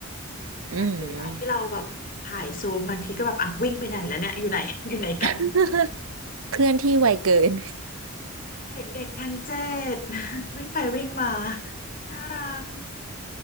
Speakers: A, on the right (about 70°); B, on the left (about 40°).
A: อืม
B: บางทีเวลาที่เราแบบถ่ายซูมบางทีก็แบบอ่ะวิ่งไปไหนแล้วเนี่ยอยู่ไหน <laughs> อยู่ไหนกัน
A: <laughs> เคลื่อนที่ไวเกิน
B: เด็กๆทั้งเจ็ด <laughs> วิ่งไปวิ่งมาน่ารัก